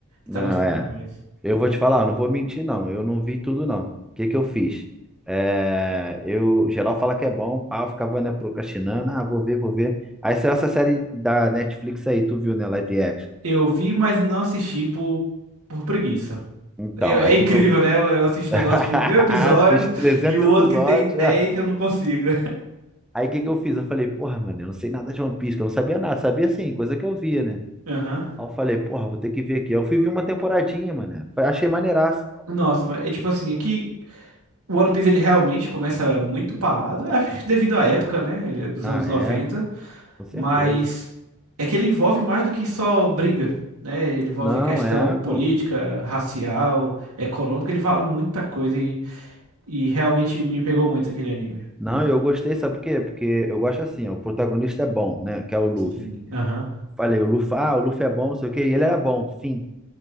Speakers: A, in the centre; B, on the right.
A: não
B: tá gostando
A: é.
B: demais.
A: Eu vou te falar, não vou mentir não, eu não vi tudo não. O que que eu fiz? É, eu geral fala que é bom, pá, eu ficava né, procrastinando, ah, vou ver, vou ver. Aí saiu essa série da Netflix aí, tu viu, né, live action.
B: Eu vi, mas não assisti por, por preguiça.
A: Então,
B: Eu- é
A: aí
B: incrível,
A: o que que eu
B: né? Eu eu assisto
A: <laughs>
B: um negócio de mil episódios
A: Assiste 300
B: e o
A: episódios.
B: outro que tem dez
A: <laughs>
B: eu não consigo.
A: Aí o que que eu fiz? Eu falei, porra, mano, eu não sei nada de One Piece, que eu não sabia nada. Sabia sim, coisa que eu via, né?
B: Aham.
A: Aí eu falei, porra, vou ter que ver aqui. Aí Eu fui ver uma temporadinha, mano. Achei maneiraço.
B: Nossa, mas é tipo assim, é que o One Piece ele realmente começa muito parado, é, devido à época, né? Ele é dos
A: Ah,
B: anos 90.
A: é, com certeza.
B: mas é que ele envolve mais do que só briga, né? Ele envolve
A: Não,
B: questão
A: é,
B: política,
A: pô.
B: racial, econômica, ele vale muita coisa e, e realmente me pegou muito aquele anime.
A: Não,
B: Muito.
A: eu gostei, sabe por quê? Porque eu gosto assim, ó, o protagonista é bom, né? Que é o Luffy.
B: Sim. Aham.
A: Falei, o Luffy, ah, o Luffy é bom, não sei o quê. E ele era bom, fim.